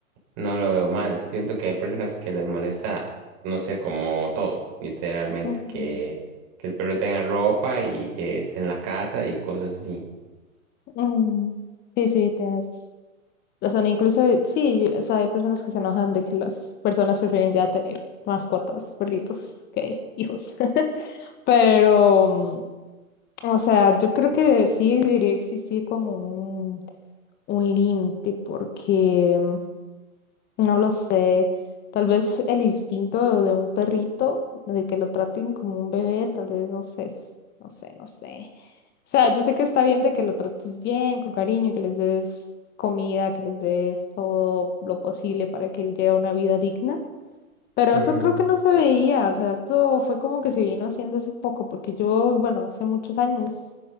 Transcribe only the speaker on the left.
mm.
Mm, sí, sí, tienes o sea Incluso, sí, o sea, hay personas que se enojan de que las personas prefieren ya tener mascotas, perritos, que hijos. <laughs> Pero, mm, o sea, yo creo que sí debería existir como un, un límite, porque mm, no lo sé. Tal vez el instinto de un perrito, de que lo traten como un bebé, tal vez no sé, s- no sé, no sé. O sea, yo sé que está bien de que lo trates bien, con cariño, que les des comida, que les des todo lo posible para que él lleve una vida digna. Pero
eso creo que no se veía, o sea, esto fue como que se vino haciendo hace poco, porque yo, bueno, hace muchos años,